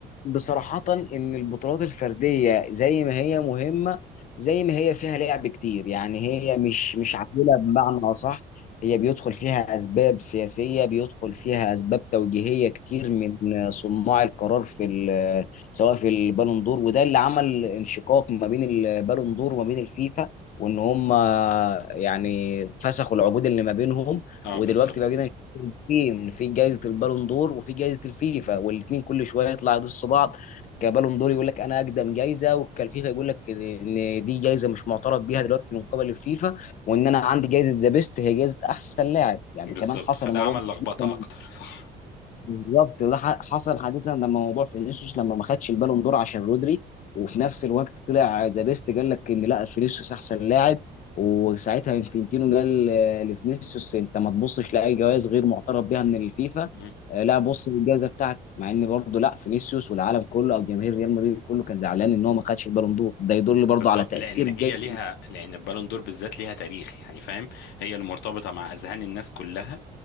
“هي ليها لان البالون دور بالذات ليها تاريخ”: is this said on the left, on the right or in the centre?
Left